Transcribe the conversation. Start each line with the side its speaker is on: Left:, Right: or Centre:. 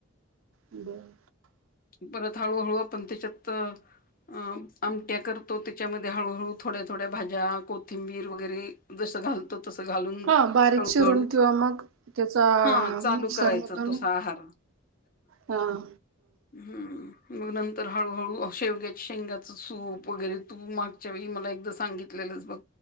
Right: बरं..
Left: परत हळूहळू आपण त्याच्यात- अं आमट्या करतो, त्याच्यामध्ये हळूहळू थोड्या -थोड्या भाज्या कोथिंबीर वगैरे- जस घालतो तसं, घालून
Right: हा बारीक
Left: हळूहळू
Right: चिरून किंवा मग, त्याचा
Left: हा चालू
Right: मिक्सरमधून-
Left: करायचं तसा आहार
Right: हां
Left: हं.. मग नंतर हळूहळू शेवग्या शेंगाचं सूप, वगैरे तू मागच्या वेळी मला एकदा सांगितलेलंच बघ.